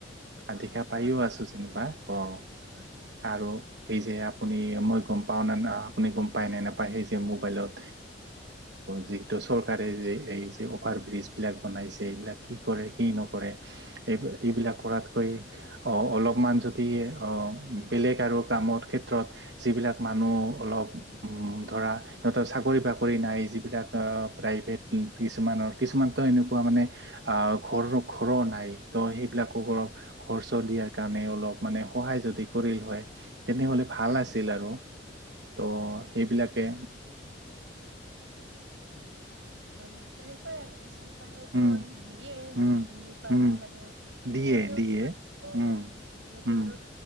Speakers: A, on the right; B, on the right.
A: আধিকা
B: অ
A: পাইয়ো
B: হয়
A: আছো যেনিবা অ'
B: হয়
A: আৰু সেই যে আপুনি মই গম পাওঁ ন ন। আপুনি গম পায় নে নাপায়? সেই যে মোবাইলত যিহেতু চৰকাৰে যে এই যে অফাৰ। ব্ৰীজ বিলাক বনাইছে সেইবিলাক কি কৰে, কি নকৰে, এইবিলাক কৰাতকৈ অলপমান যদি অ বেলেগ আৰু কামৰ ক্ষেত্ৰত যিবিলাক মানুহ অলপ উম ধৰা সিহঁতৰ চাকৰি বাকৰি নাই যিবিলাক প্ৰাইভেট কিছুমানৰ কিছুমান ত এনেকুৱা মানে অ' ঘৰ ঘৰো নাই ত' সেইবিলাকক অলপ খৰচ দিয়াৰ কাৰণে অলপ মানে সহায় যদি কৰিল হয় তেনেহলে ভাল আছিল আৰু। তো
B: হয়।
A: সেইবিলাকে
B: মানে তেনেকুৱাই আৰু। চৰকাৰেওতো
A: উম
B: দিয়ে
A: উম
B: যিখিনি পাৰে
A: উম
B: মানে। সিহঁতেও
A: দিয়ে দিয়ে
B: প সিহঁতেও
A: উম উম
B: আৰু